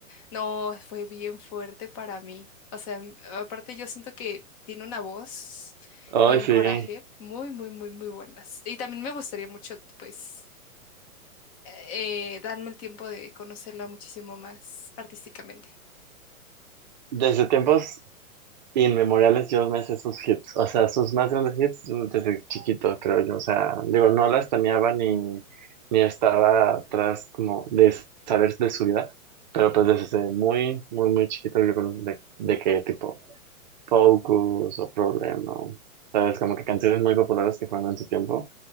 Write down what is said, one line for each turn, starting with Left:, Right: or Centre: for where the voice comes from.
Left: no, fue bien fuerte para mí. O sea, m- aparte yo siento que tiene una voz
Right: Ay,
Left: y un
Right: sí.
Left: coraje muy, muy, muy, muy buenas. Y también me gustaría mucho, pues eh, darme el tiempo de conocerla muchísimo más artísticamente.
Right: Desde tiempos Inmemoriales, yo me sé sus hits, o sea, sus más grandes hits desde chiquito, creo yo, o sea, digo, no las planeaba ni, ni estaba atrás como de saber de su vida, pero pues desde muy, muy, muy chiquito yo con- de, de que tipo Focus o Problem, ¿no? ¿Sabes? Como que canciones muy populares que fueron en su tiempo,